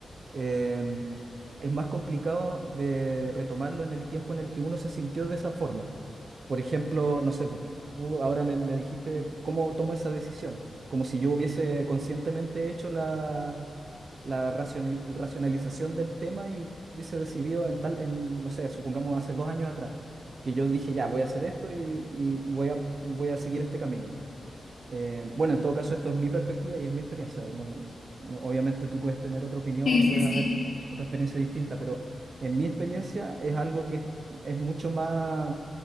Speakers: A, on the right (about 60°); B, on the left (about 55°).
A: em, es más complicado de retomarlo en el tiempo en el que uno se sintió de esa forma. Por ejemplo, no sé, pues tú tú ahora me, me dijiste cómo tomo esa decisión, como si yo hubiese conscientemente hecho la, la racioni- racionalización del tema y hubiese decidido en tal, en, no sé, supongamos hace dos años atrás, que yo dije, ya, voy a hacer esto y, y voy a, voy a seguir este camino. Eh, bueno, en todo caso, esto es mi perspectiva y es mi experiencia. No- no- obviamente tú puedes tener otra opinión
B: Sí,
A: o
B: sí,
A: puedes
B: sí.
A: haber otra experiencia distinta, pero en mi experiencia es algo que es, es mucho más,